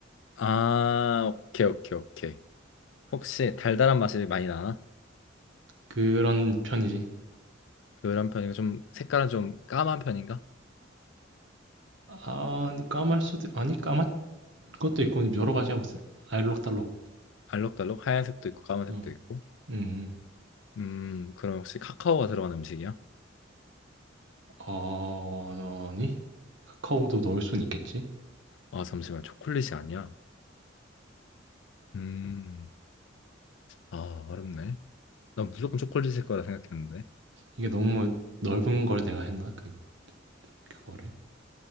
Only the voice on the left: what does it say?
아, 오케이, 오케이, 오케이. 혹시 달달한 맛이 많이 나나?
그런 편이고 좀 색깔은 좀 까만 편인가?
알록달록 하얀색도 있고 까만색도
있고.
음, 그럼 혹시 카카오가 들어간 음식이야?
아, 잠시만. 초콜릿이 아니야. 음. 아, 어렵네. 난 무조건 초콜릿일 거라 생각했는데.